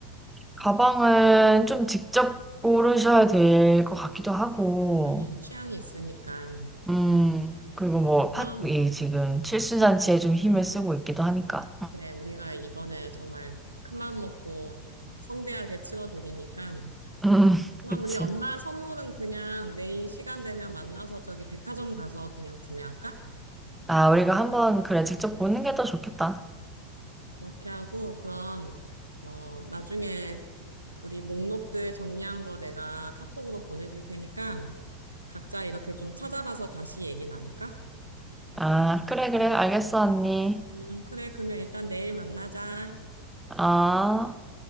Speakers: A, in the centre; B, on the right.
A: 가방은 좀 직접 고르셔야 될 것 같기도 하고.
B: 하긴 취향이 있으니까.
A: 음. 그리고 뭐,
B: 그럼
A: 팟, 이 지금 칠순잔치에 좀 힘을 쓰고 있기도 하니까.
B: 그래 우리가 이번에 정말 큰맘 먹고 성대하게 치러드리니까.
A: 음.
B: 그럼
A: <laughs>
B: 우리
A: 그치.
B: 엄마 선물은 그냥 내일 시간 되면 만나서 저기 백화점 가서 그냥 구매할까?
A: 아, 우리가 한번 그래 직접 보는 게 더 좋겠다.
B: 그렇게 하고 그럼 어 나중에 우리 목록들 정리한 거 내가 카톡으로 보내줄 테니까 각자 이렇게 좀 찾아봐서 다시 얘기 나눌까?
A: 아, 그래, 그래. 알겠어, 언니.
B: 음, 그래. 그러면 일단 내일 만나자.
A: 아.